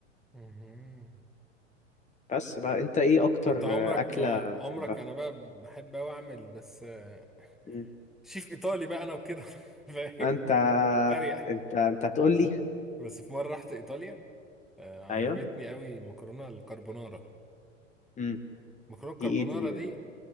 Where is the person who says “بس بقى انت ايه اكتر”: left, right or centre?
Left